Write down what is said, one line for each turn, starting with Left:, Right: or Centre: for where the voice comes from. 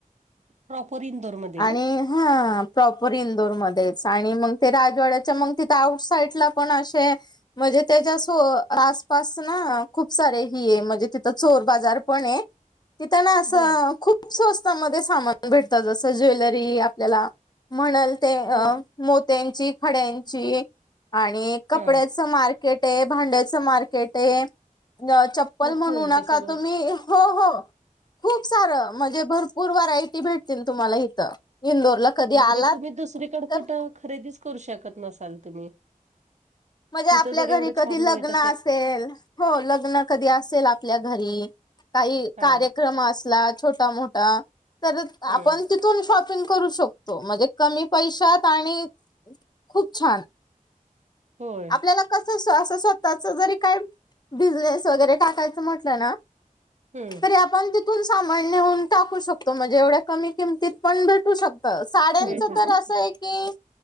Right: प्रॉपर इंदोरमध्ये
Left: आणि
Right: ना?
Left: हा प्रॉपर इंदोरमध्येचं आणि मगं ते राजवाड्याच्या मगं तिथं आउट-साईटला पण अशे म्हणजे त्याच्या सो आसपास ना खूप सारे ही ये, म्हणजे तिथं चोर बाजार पण ये. तिथं ना असं
Right: बर
Left: खूप खूप स्वस्तांमध्ये सामान भेटतं, जसं ज्वेलरी आपल्याला म्हणालं ते अ
Right: बर
Left: मोत्यांची, खड्यांची आणि कपड्याचं
Right: हा
Left: मार्केट ये, भांड्याचं मार्केट ये, चप्प प्पल
Right: मोठं
Left: म्हणू
Right: म्हणजे
Left: नका
Right: सगळं
Left: तुम्ही, हो- हो खूप सारं म्हणजे भरपूर व्हरायटी भेटतील तुम्हाला इथं इंदोरला. कधी
Right: म्हणजे
Left: आलात
Right: तुम्ही दुसरीकडं
Left: तर
Right: कुठं खरेदीचं करू शकत नसालं तुम्ही?
Left: म्हणजे आपल्या
Right: तिथं जर
Left: घरी
Right: एवढं
Left: कधी
Right: छान
Left: लग्न
Right: मिळत
Left: असेल? हो लग्न कधी असेल आपल्या घरी? काही
Right: हा
Left: कार्यक्रम असं ला छोटा- मोठा तर
Right: हम्म
Left: आपण ति तिथून शॉपिंग करू शकतो, म्हणजे कमी पैशात आणि खूप छान.
Right: होय.
Left: त्याला कसं असं स्वतःच जरी काय बिझनेस वगैरे टाकायचं म्हटलं ना
Right: हम्म
Left: ते आपण तिथून सामान नेऊन टाकू शकतो, म्हणजे एवढ्या कमी किमतीत पण भेटू शकत. साड्यांचं
Right: भेटू
Left: तर
Right: शकते.
Left: असं आहे की,